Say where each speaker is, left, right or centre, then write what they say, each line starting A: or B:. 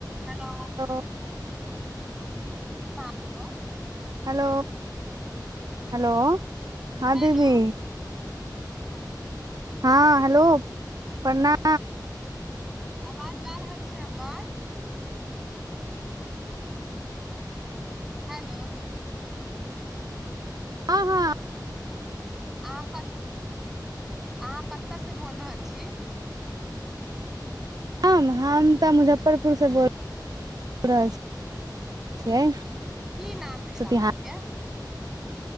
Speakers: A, in the centre; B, on the right.
A: hello
B: त
A: हां त
B: हेलो हेलो हाँ
A: हेलो
B: दीदी हँ हेलो प्रणाम
A: आबाज जा रहल छै छै हमर हेलो
B: आ हाँ
A: अहाँ कत अहाँ कतयसँ बोल रहल छी
B: हम हम तऽ मुजफ्फरपुरसँ बोल रहल छी छियै
A: की नाम भेल
B: सुतिहार
A: अहाँके